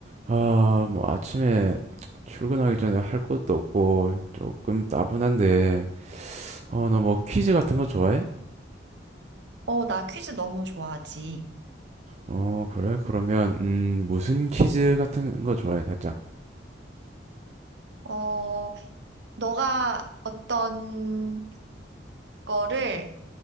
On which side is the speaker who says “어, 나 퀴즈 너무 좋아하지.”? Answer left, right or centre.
Right